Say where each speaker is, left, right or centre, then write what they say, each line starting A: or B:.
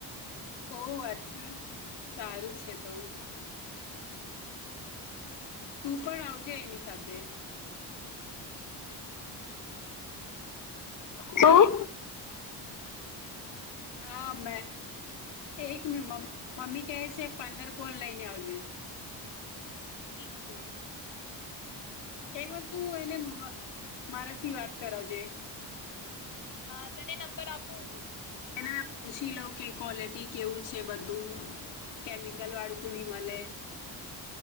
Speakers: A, on the left; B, on the left.
A: ઓહ અચ્છા સારું છે તો તું પણ આવજે એની સાથે તે
B: શું
A: હા મે, એક મ મમ્મી કહે છે પંદર કોન લઈને આવજે.
B: ઠીક છે.
A: એક વાર તું એને, મારાથી વાત કરાવજે.
B: હા તને નંબર આપું?
A: એને પૂછી લઉં કે ક્વોલિટી કેવું છે બધું, કેમિકલ વાળું ત નહી મળે.